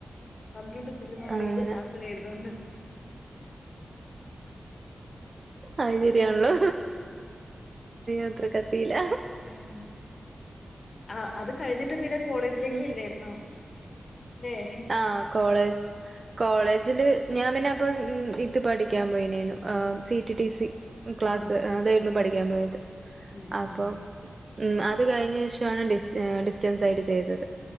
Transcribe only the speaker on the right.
അങ്ങനെ
ആചര്യണല്ലോ അത്ര ക പറീല
ഉം
ആഹ് കോളേജ് കോളേജില് ഞാൻ പിന്നെ അപ്പൊ ഇത് പഠിക്കാൻ പോയിനു സി ടി ടി സി ക്ലാസ്സ്
അതായിരുന്നു പഠിക്കാൻ പോയത്
അപ്പം
ഉം അത് കഴിഞ്ഞ ശേഷണ് ഡിസ്റ്റൻസ് ആയിട്ട് ചെയ്തത്